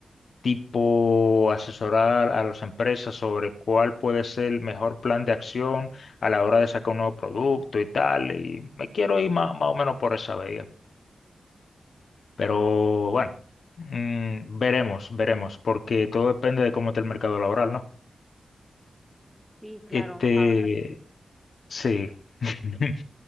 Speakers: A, on the left; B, in the centre.
A: tipo asesorar a las empresas sobre cuál puede ser el mejor plan de acción a la hora de sacar un nuevo producto y tal, y me quiero ir ma- más, o menos por esa vía, pero bueno, mm, veremos, veremos, porque todo depende de cómo está el mercado laboral, ¿no?
B: Sí, claro,
A: Este,
B: más ahora.
A: sí. <laughs>